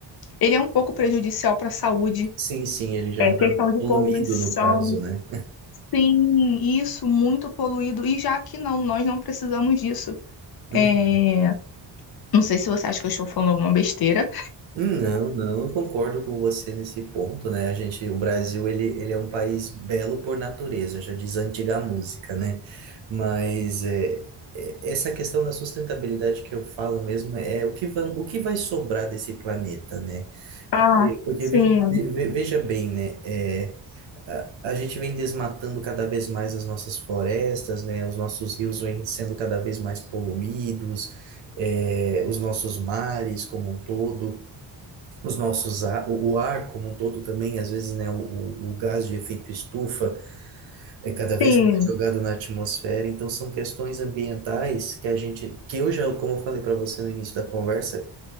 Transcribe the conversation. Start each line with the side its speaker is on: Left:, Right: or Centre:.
Left: Ele é um pouco prejudicial para a saúde.
Right: Sim, sim, ele já
Left: É
Right: é um
Left: questão de
Right: poluído
Left: poluição.
Right: no caso, né?
Left: Sim, isso, muito poluído. E já que não, nós não precisamos disso.
Right: Uhum.
Left: É, Não sei se você acha que eu estou falando alguma besteira.
Right: Não, não, eu concordo com você nesse ponto, né? A gente, o Brasil, ele, ele é um país belo por natureza, já diz a antiga música, né? Mas é, é- essa questão da sustentabilidade que eu falo mesmo é é o que vai, o que vai sobrar desse planeta, né?
Left: Ah,
Right: Porque, porque
Left: sim,
Right: veja, ve- veja bem, né? É, a, a gente vem desmatando cada vez mais as nossas florestas, né? Os nossos rios vêm sendo cada vez mais poluídos, é os nossos mares como um todo, os nossos ar, o, o ar como um todo também, às vezes, né? O, o, o gás de efeito estufa é cada vez
Left: sim,
Right: mais jogado na atmosfera. Então, são questões ambientais que a gente, que eu já, como eu falei para você no início da conversa,